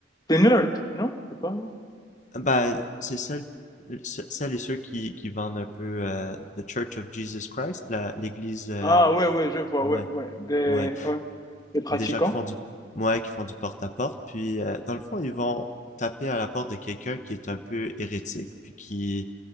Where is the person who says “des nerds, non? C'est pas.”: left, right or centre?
Left